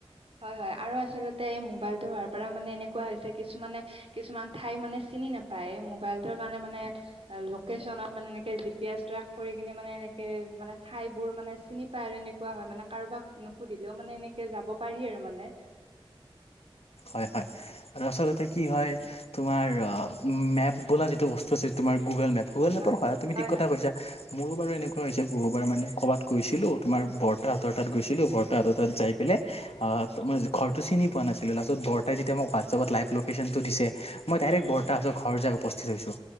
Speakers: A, on the right; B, on the left.
A: হয় হয় আৰু আচলতে এই মোবাইলতটো হোৱাৰ পৰা মানে এনেকুৱা হৈছে কিছুমানে কিছুমান ঠাই মানে চিনি নাপ পায়ে মোবাইলতোৰ কাৰণে মানে লোকেশচনত মানে এনেক জি পি এচ ট্ৰেক কৰি কিনে মানে এনেকে মানে ঠাই বোৰ মানে চিন পায় আৰু এনে কোৱা হয় মানে কাৰোবাক নুসুধিলেও মানে এনেকে যাব পাৰি আৰু মানে।
B: হয় হয় আৰু আচলতে কি হয় তোমাৰ মেপ বোলা যিটো বস্তু আছে তোমাৰ গুগল মেপ গুগল মেপৰ
A: হয়,
B: সহ তুমি
A: হয়,
B: ঠিক কথা
A: হয়।
B: কৈছ মোৰো বু এনেুৱা
A: অ,
B: হৈছে। বাৰ মানে ক'বাত গৈছিলো তোমাৰ বৰ্তাহ হতৰ তাত গৈছিলো বৰ্ত হতৰ তাত যাই পেলাই। অঁ তোমাৰ ঘৰটো চিনি পোৱা নাছিলোঁ লস্তত বৰ্তায়ে যেতিয়া মোক ৱাটছএপত লাইভ লোকেশ্যন টো দিছে। মই ডাইৰেক্ট বৰ্তাহঁতৰ
A: হয়, হয়, হয়।
B: ঘৰ যাই উপস্থিত হৈছোঁ